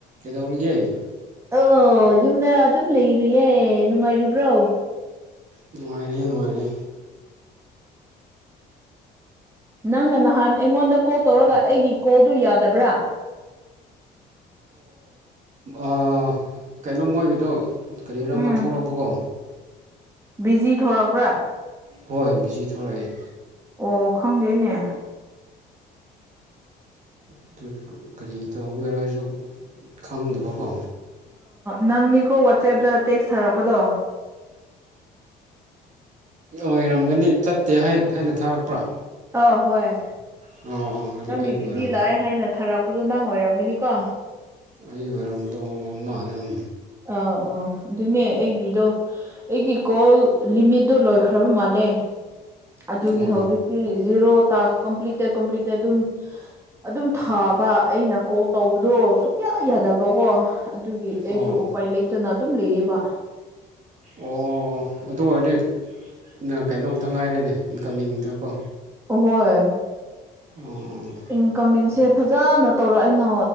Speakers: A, on the right; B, on the right.
A: ꯀꯩꯗꯧꯔꯤꯒꯦ꯫
B: ꯑꯣ ꯌꯨꯝꯗ ꯑꯗꯨꯝ ꯂꯩꯔꯨꯌꯦ ꯅꯨꯡꯉꯥꯏꯔꯤꯕ꯭ꯔꯣ꯫
A: ꯅꯨꯡꯉꯥꯏꯔꯤꯌꯦ ꯅꯨꯡꯉꯥꯏꯔꯤꯌꯦ꯫
B: ꯅꯪꯅ ꯅꯍꯥꯟ ꯑꯩꯉꯣꯟꯗ ꯀꯣꯜ ꯇꯧꯔꯒ ꯑꯩꯒꯤ ꯀꯣꯜꯗꯣ ꯌꯥꯗꯕ꯭ꯔꯥ꯫
A: ꯑꯣ ꯀꯩꯅꯣ ꯃꯣꯏꯒꯤꯗꯣ꯫ ꯀꯔꯤꯔꯣ ꯑꯃ
B: ꯎꯝ
A: ꯊꯣꯛꯂꯛꯄꯀꯣ꯫
B: ꯕꯤꯖꯤ ꯊꯣꯔꯛꯄ꯭ꯔꯥ꯫
A: ꯍꯣꯏ ꯕꯤꯖꯤ ꯊꯣꯔꯛꯑꯦ꯫
B: ꯑꯣ ꯈꯪꯗꯦꯅꯦ꯫
A: ꯑꯗꯨ ꯀꯔꯤ ꯇꯧꯕꯒꯦꯔꯣ ꯑꯩꯁꯨ ꯈꯪꯗꯕꯀꯣ꯫
B: ꯅꯪꯅꯤꯀꯣ ꯋꯥꯆꯦꯞꯇ ꯇꯦꯛꯁ ꯊꯥꯔꯛꯄꯗꯣ꯫
A: ꯑꯣꯏꯔꯝꯒꯅꯤ ꯆꯠꯇꯦ ꯍꯥꯏꯅ ꯊꯥꯔꯛꯄ꯭ꯔꯥ꯫
B: ꯑ ꯍꯣꯏ꯫
A: ꯑꯣ ꯑꯣ꯫ ꯑꯗꯨ
B: ꯅꯪꯗꯤ
A: ꯑꯩꯒꯤ
B: ꯕꯤꯖꯤ
A: ꯑꯣꯏꯔꯝꯒꯅꯤ
B: ꯂꯥꯛꯑꯦ ꯍꯥꯏꯅ ꯊꯥꯔꯛꯄꯗꯣ ꯅꯪ ꯑꯣꯏꯔꯝꯒꯅꯤꯀꯣ꯫
A: ꯑꯩ ꯑꯣꯏꯔꯝꯗꯣ ꯃꯥꯜꯂꯦꯝ
B: ꯑꯥ ꯑꯣ ꯑꯗꯨꯅꯦ ꯑꯩꯒꯤꯗꯣ ꯑꯩꯒꯤ ꯀꯣꯜ ꯂꯤꯃꯤꯠꯇꯨ ꯂꯣꯏꯈ꯭ꯔꯕ ꯃꯥꯜꯂꯦ ꯑꯗꯨꯒꯤ
A: ꯑꯣ
B: ꯍꯧꯖꯤꯛꯇꯤ ꯖꯦꯔꯣ ꯇꯥꯛꯁ꯫ ꯀꯝꯄ꯭ꯂꯤꯇꯦ ꯀꯝꯄꯂꯤꯠ ꯑꯗꯨꯝ ꯑꯗꯨꯝ ꯊꯥꯕ ꯑꯩꯅ ꯀꯣꯜ ꯇꯧꯕꯗꯣ ꯁꯨꯛꯌꯥ ꯌꯥꯗꯕꯀꯣ ꯑꯗꯨꯒꯤ ꯑꯩꯁꯨ
A: ꯑꯣ
B: ꯎꯄꯥꯏ ꯂꯩꯇꯅ ꯑꯗꯨꯝ ꯂꯩꯌꯦꯕ
A: ꯑꯣ ꯑꯗꯨ ꯑꯣꯏꯔꯗꯤ ꯀꯩꯅꯣ ꯈꯛꯇ ꯉꯥꯏꯔꯦꯅꯦ ꯏꯟꯀꯃꯤꯡꯗ ꯀꯣ꯫
B: ꯍꯣꯏ꯫
A: ꯎꯝ꯫
B: ꯏꯟꯀꯝꯃꯤꯡꯁꯦ ꯐꯖꯅ ꯇꯧꯔꯛꯏꯅꯣ